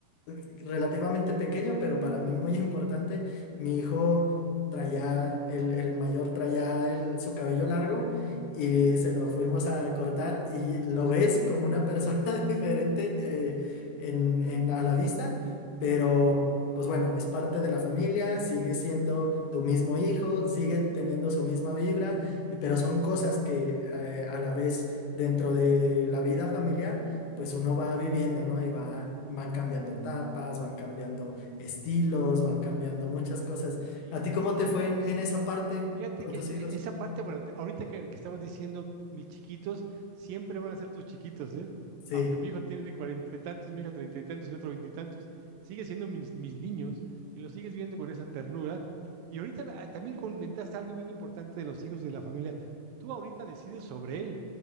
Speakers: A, on the left; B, on the right.
A: relativamente pequeño, pero para mí muy importante. Mi hijo traía, el, el mayor traía el- su cabello largo y se lo fuimos a cortar y lo ves como una persona <laughs> diferente eh, en, en- a la vista, pero pues bueno, es parte de la familia, sigue siendo tu mismo hijo, sigue teniendo su misma vibra, pero son cosas que eh, a la vez dentro de la vida familiar, pues uno va viviendo, ¿no? Y va, van cambiando etapas, van cambiando estilos, van cambiando muchas cosas.
B: ¿sí?
A: ¿A ti cómo te fue en en esa parte
B: Fíjate
A: con
B: que
A: tus hijos?
B: e- esa parte, bueno, te- ahorita que, que estabas diciendo, mis chiquitos siempre van a ser tus chiquitos, ¿eh?
A: Sí.
B: Aunque mi hijo tiene cuarenta y tantos, mi hija treinta y tantos, el otro veintitantos, sigue siendo mis, mis niños y los sigues viendo con esa ternura. Y ahorita ah, también comentaste algo bien importante de los hijos de la familia. Tú ahorita decides sobre él,